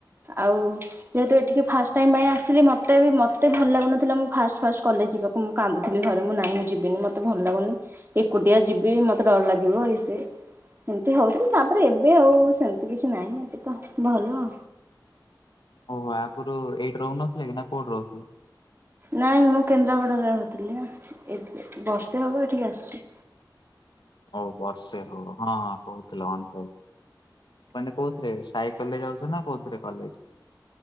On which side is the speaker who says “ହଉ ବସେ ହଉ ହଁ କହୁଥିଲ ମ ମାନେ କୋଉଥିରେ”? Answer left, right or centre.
Left